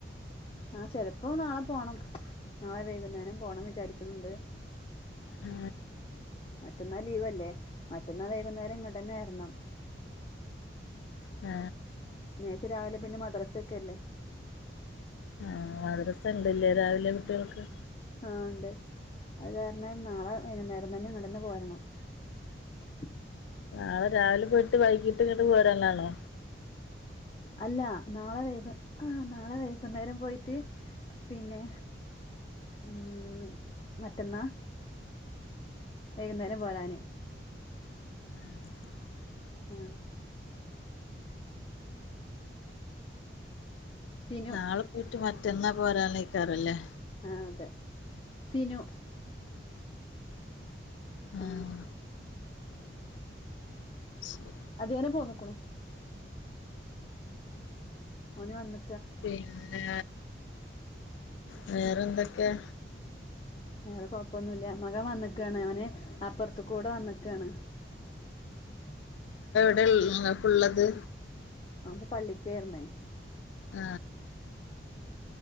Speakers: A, on the left; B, on the left.
A: ആ ചെലപ്പോ നാള പോണം നാളെ വൈകുന്നേരം പോണം വിചാരിക്കണിണ്ട്
B: ആ
A: മറ്റന്നാ ലീവല്ലേ മറ്റന്നാ വൈകുന്നേരം ഇങ്ങട്ടന്നെ വരണം
B: ആ
A: <unintelligible> രാവിലെ പിന്നെ മദ്രസൊക്കെ അല്ലേ
B: ആ മദരസ എണ്ടല്ലേ രാവിലെ കുട്ടികൾക്ക്
A: ആ ഇണ്ട് അത് കാരണം നാളെ വെയ്കുന്നേരം തന്നെ ഇങ്ങട് തന്നെ പോരണം <unintelligible>
B: നാളെ രാവിലെ പോയിട്ട് വൈകിട്ട് ഇങ്ങട്ട് പോരാനാണോ
A: അല്ല നാളെ വൈക ആ നാളെ വൈകുന്നേരം പോയിട്ട് പിന്നെ ഇം മറ്റന്നാ വൈകുന്നേരം പോരാന്
B: <unintelligible>
A: ആ സിനു
B: നാളെ പോയിട്ട് മറ്റന്നാ പോരാന്നിക്കാറല്ലേ
A: ആ അതെ സിനു ആ
B: ആഹ് ശ്
A: അതേനേ പോന്നേക്കണു ഓന് വന്ന്
B: പിന്നെ വേറെന്തൊക്കയാ
A: വേറെ കൊഴപ്പൊന്നുല്ല മക വന്നക്കാണ് അവന് അപ്പുറത്തു കൂടെ വന്നക്കാണ്
B: <unintelligible> നിങ്ങക്കുള്ളത്
A: അപ്പൊ പള്ളിക്കേയിരുന്നേ
B: ആ